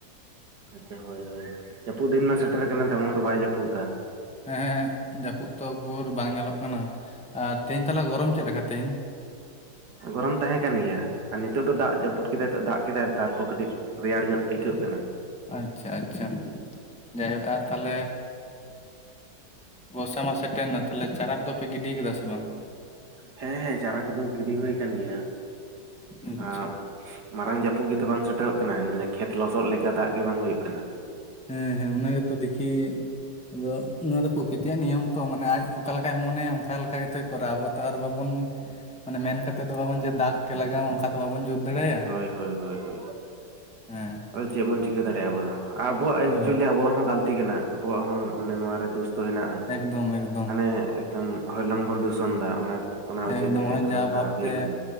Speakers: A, on the right (about 75°); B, in the centre.
A: ᱟᱪᱪᱷᱟ ᱦᱳᱭ ᱦᱳᱭ ᱡᱟᱹᱯᱩᱫ ᱫᱤᱱ ᱢᱮ ᱥᱮᱴᱮᱨ ᱠᱟᱱᱟ ᱛᱮᱢᱚᱱ ᱫᱚ ᱵᱟᱭ ᱡᱟᱹᱯᱩᱫ ᱫᱟ
B: ᱦᱮᱸ ᱦᱮᱸ ᱡᱟᱹᱯᱩᱫ ᱛᱚ ᱩᱠᱩᱨ ᱵᱟᱝ ᱧᱮᱞᱚᱜ ᱠᱟᱱᱟ ᱟᱨ ᱛᱮᱦᱮᱧ ᱛᱟᱦᱚᱞᱮ ᱜᱚᱨᱚᱢ ᱪᱮᱫ ᱞᱮᱠᱟ ᱛᱮᱦᱮᱧ
A: ᱜᱚᱨᱚᱢ ᱛᱟᱦᱮᱸ ᱠᱟᱱ ᱜᱮᱭᱟ ᱟᱨ ᱱᱤᱛᱚᱜ ᱫᱚ ᱫᱟᱜ ᱡᱟᱹᱯᱩᱫ ᱠᱮᱫᱟᱭ ᱫᱟᱜ ᱠᱮᱫᱟᱭ ᱛᱟᱨᱯᱚᱨ ᱠᱟᱹᱴᱤᱡ ᱨᱮᱭᱟᱲ ᱧᱚᱜ ᱟᱹᱭᱠᱟᱹᱜ ᱠᱟᱱᱟ᱾
B: ᱟᱪᱪᱷᱟ ᱟᱪᱪᱷᱟ ᱡᱟᱭᱦᱳᱠ ᱟᱨ ᱛᱟᱦᱚᱞᱮ ᱵᱚᱨᱥᱟ ᱢᱟ ᱥᱮᱴᱮᱨ ᱮᱱᱟ ᱛᱟᱦᱚᱞᱮ ᱪᱟᱨᱟ ᱠᱚᱫᱚᱯᱮ ᱜᱤᱰᱤ ᱠᱟᱫᱟ ᱥᱮ ᱵᱟᱝ
A: ᱦᱮᱸ ᱦᱮᱸ ᱪᱟᱨᱟ ᱠᱚᱫᱚ ᱜᱤᱰᱤ ᱦᱩᱭ ᱠᱟᱱ ᱜᱮᱭᱟ
B: ᱟᱪᱪᱷᱟ
A: ᱟᱨ ᱢᱟᱨᱟᱝ ᱡᱟᱹᱯᱩᱫ ᱜᱮᱛᱚ ᱵᱟᱝ ᱥᱮᱴᱮᱨᱚᱜ ᱠᱟᱱᱟ ᱠᱷᱮᱛ ᱞᱚᱥᱚᱫ ᱞᱮᱠᱟ ᱫᱟᱜ ᱜᱮ ᱵᱟᱝ ᱦᱩᱭᱩᱜ ᱠᱟᱱᱟ
B: ᱦᱮᱸ ᱦᱮᱸ ᱚᱱᱟ ᱜᱮᱛᱚ ᱫᱮᱠᱷᱤ ᱟᱫᱚ ᱱᱚᱣᱟ ᱫᱚ ᱯᱨᱚᱠᱤᱛᱤᱭᱟᱜ ᱱᱤᱭᱚᱢ ᱛᱚ ᱢᱟᱱᱮ ᱟᱡ ᱚᱠᱟ ᱞᱮᱠᱟᱭ ᱢᱚᱱᱮᱭᱟ ᱚᱱᱠᱟ ᱞᱮᱠᱟ ᱜᱮᱛᱚᱭ ᱠᱚᱨᱟᱣᱟ ᱟᱵᱚ ᱟᱨ ᱵᱟᱵᱚᱱ ᱢᱟᱱᱮ ᱢᱮᱱ ᱠᱟᱛᱮᱫ ᱫᱚ ᱵᱟᱵᱚᱱ ᱡᱮ ᱫᱟᱜ ᱜᱮ ᱞᱟᱜᱟᱣ ᱚᱠᱟ ᱫᱚ ᱵᱟᱵᱚᱱ ᱡᱳᱨ ᱫᱟᱲᱮᱟᱭᱟ
A: ᱦᱳᱭ ᱦᱳᱭ ᱦᱳᱭ ᱦᱳᱭ
B: ᱦᱮᱸ᱾
A: ᱟᱫᱚ ᱪᱮᱫ ᱵᱚᱱ ᱪᱤᱠᱟᱹ ᱫᱟᱲᱮᱭᱟᱜᱼᱟ ᱟᱵᱚ ᱫᱚ ᱟᱵᱚᱣᱟᱜ ᱮᱠᱪᱩᱭᱮᱞᱤ
B: ᱦᱳᱭ
A: ᱟᱵᱚᱣᱟᱜ ᱦᱚᱸ ᱜᱟᱹᱞᱛᱤ ᱠᱟᱱᱟ, ᱟᱵᱚᱣᱟᱜ ᱦᱚᱸ ᱱᱚᱣᱟ ᱨᱮ ᱫᱳᱥ ᱫᱚ ᱦᱮᱱᱟᱜᱼᱟ,
B: ᱮᱠᱫᱚᱢ ᱮᱠᱫᱚᱢ
A: ᱦᱟᱱᱮ ᱮᱠᱫᱚᱢ ᱦᱚᱭᱞᱚᱝ ᱵᱚᱱ ᱫᱩᱥᱚᱱ ᱫᱟ ᱚᱱᱟ ᱚᱱᱟ ᱚᱡᱮᱛᱮ
B: ᱮᱠᱫᱚᱢ ᱱᱚᱜᱼᱚᱭ ᱡᱟ
A: ᱱᱚᱝᱠᱟ
B: ᱵᱷᱟᱵᱛᱮ
A: ᱦᱩᱭᱩᱜ ᱠᱟᱱᱟ᱾